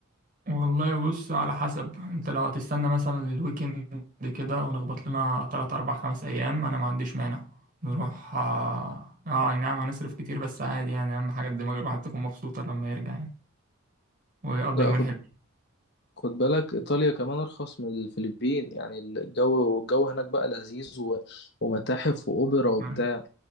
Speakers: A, on the right; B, on the left.
A: والله بص على حسب انت لو هتستنى مثلا الويكند كده ونخبط لنا تلات أربع خمس أيام أنا ما عنديش مانع نروح اه آه، أي نعم هنصرف كتير بس عادي يعني أهم حاجة دماغ الواحد تكون مبسوطة لما يرجع يعني ويقضي
B: لا
A: يومين
B: خد
A: حلوين
B: خد بالك ايطاليا كمان ارخص من الفلبين يعني الجو والجو هناك بقى لذيذ و- ومتاحف واوبرا وبتاع
A: ما